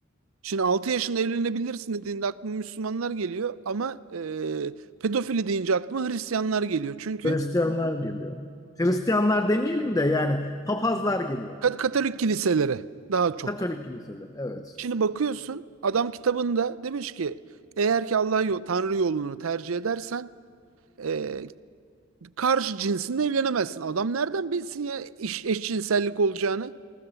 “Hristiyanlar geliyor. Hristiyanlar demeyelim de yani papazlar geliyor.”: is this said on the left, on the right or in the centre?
Left